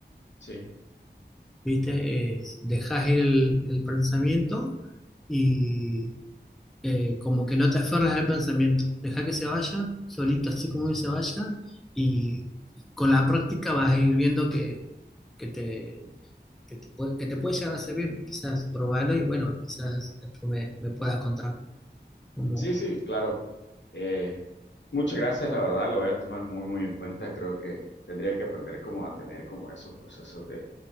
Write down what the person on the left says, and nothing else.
sí.
Sí, sí, claro. Eh, muchas gracias, la verdad, lo voy a tomar muy, muy en cuenta. Creo que tendría que aprender como a tener como esos procesos de,